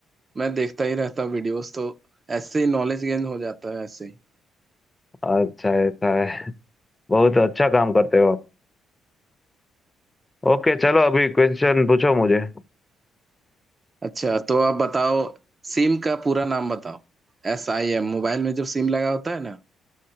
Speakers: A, on the right; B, on the left.
A: मैं देखता ही रहता हूँ वीडियोस तो ऐसे ही नॉलेज गेन हो जाता है ऐसे ही
B: अच्छा ऐसा है बहुत अच्छा काम करते हो आप ओके चलो अभी क्वेश्चन पूछो मुझे
A: अच्छा तो आप बताओ सिम का पूरा नाम बताओ एस आई एम मोबाइल में जो सिम लगा होता है ना